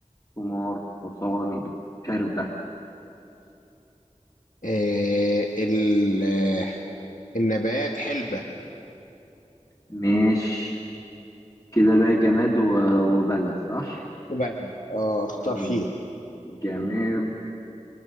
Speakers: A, on the left (about 30°); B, on the left (about 80°).
A: حمار حصان حربة
B: إيه ال آه، النبات حلبة
A: ماشي كده بقى جماد و- وبلد صح
B: وبلد اه اختار
A: مم.
B: فيه
A: جماد